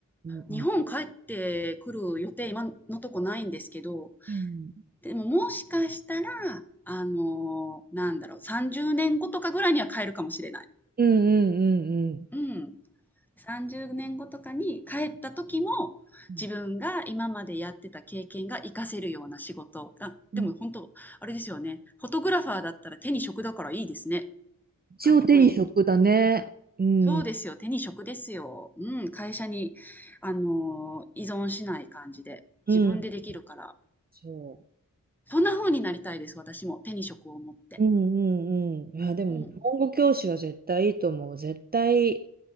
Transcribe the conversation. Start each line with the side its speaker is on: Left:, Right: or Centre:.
Right: うんうん
Centre: 日本帰ってくる予定、今のとこないんですけど、
Right: うん
Centre: でももしかしたら、あの、なんだろう、30年後とかぐらいには帰るかもしれない。
Right: うんうん
Centre: うねん。30年後とかに帰った時も、
Right: うん。
Centre: 自分が今までやってた経験が活かせるような仕事。あ、
Right: うん
Centre: でも本当、あれですよね。フォトグラファーだったら手に職だからいいですね。
Right: 一応手に職だね。
Centre: かっこいい。
Right: うん。
Centre: そうですよ。手に職ですよ。うん、会社に、あのー依存しない感じで、
Right: うん
Centre: 自分でできるから。
Right: そう。
Centre: そんな風になりたいです、私も。手に職を持って。
Right: うんうんうん。いや、でも日本語教師は絶対いいと思う。
Centre: うん。
Right: 絶対